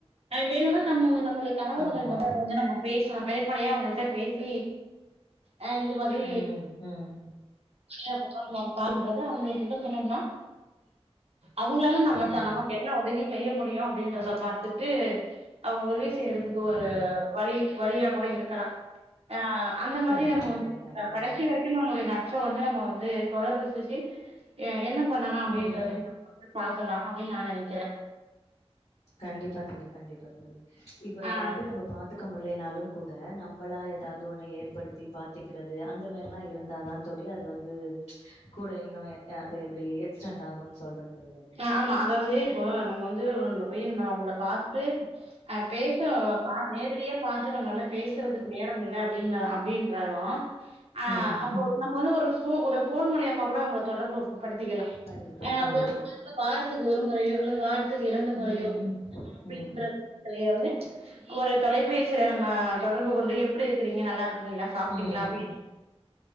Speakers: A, on the right; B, on the left.
A: வேணும்னா நம்ம நம்ம கணவர்கள்
B: ஆமா
A: வந்து நம்ம பேசி வெளிப்படையா அவங்கள்ட்ட பேசி அ இது மாதிரி
B: ம் ம்
A: <unintelligible> பண்றது அவங்க சொல்ல சொன்னோம்னா அவங்களாலா நம்ம
B: ம்
A: ச நம் உதவி செய்ய முடியு அப்படின்றத பாத்துட்டு அவங்க உதவி டேத்துக்கு ஒரு
B: ம்
A: வழி வழியா கூட இருக்கலா ஆ அந்த மாரி
B: கண்டிப்பா
A: நம்ம வந்து
B: தோழி கண்டிப்பா
A: கடைசி
B: தோழி
A: வரைக்கு நம்மளுடைய நட்ப வந்து நம்ம வந்து து தொடருது சுசி என்ன பண்ணலா அப்படின்றது
B: ம்
A: பா இருக்கலா அப்பிடினு நானெனக்குர நக்கிறே
B: கண்டிப்பாக தோளி கண்டிப்பா தோளி இப்ப
A: ஆ
B: அதாவது நம்ம பாத்துக்க முடியலனா கூட நம்மளா ஏதாவது ஏதோ ஒண்னை ஏற்படுத்தி பாத்துக்கிறது அந்த மாரில்லா இருந்தாத தோளி அது வந்து ம்ச் கூட இன்னு அது அப்பிடி எக்ஸ்டெண்ட் ஆகு சொல்றேன் தோழி அப்டி
A: ஆ
B: சொல்றேன்.
A: ஆமா அதாவது இப்போ நம்ம வந்து அவங்க நம்ம வேணுமா உங்கள பாத்துட்டு பேச ஆ நேரடியாக பாத்து நம்மளாள பேசுறதுக்கு நேரோல்ல அப்பிடினு அப்படின்றாலு ஆ
B: ம்.
A: அப்போ நம்ம வந்து ஒரு போக்கூடாது ஒருபோன் மூலியமா கூட அவங்க தொடர்பு இருக்கும் படுத்திக்கலாம்
B: கண்டிப்பா, கண்டிப்பா.
A: ஒரு வாரத்துக்கு ஒரு முறையோ அல்லது வாரத்து இரண்டு முறையோ
B: ம்.
A: அப்படின்றிலையாவது
B: ம்.
A: ஒரு தொலைபேசியில நம்ம தொடர்பு கொண்டு எப்படி இருக்கிறீங்க நல்லா இருக்கீங்களா சாப்பிட்டீங்களா
B: ம்.
A: அப்படிஒரு